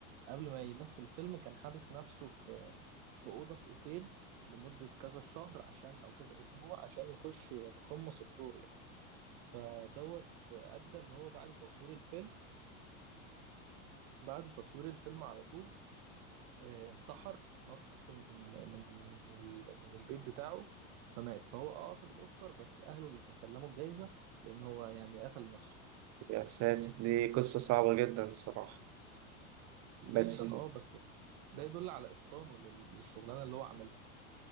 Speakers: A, on the right; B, on the right.
A: قبل ما يمثل فيلم كان حابس نفسه في في أوضة في أوتيل لمدة كذا شهر عشان أو كذا أسبوع عشان يخش يتقمص الدور يعني فدوت أدى إن هو بعد تصوير الفيلم بعد تصوير الفيلم على طول آه، انتحر نط من من من ال- من البيت بتاعه فمات فهو اه اخد الأوسكار بس أهله اللي تسلموا الجايزة لأن هو يعني قتل نفسه
B: يا ساتر دي قصة صعبة جدا الصراحة بس
A: جدا اه بس ده يدل على إتقانه لل- للشغلانة اللي هو عملها